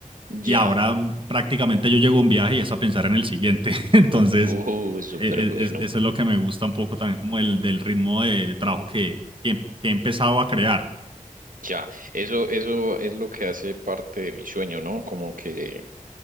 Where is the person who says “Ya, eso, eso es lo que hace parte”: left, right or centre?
Right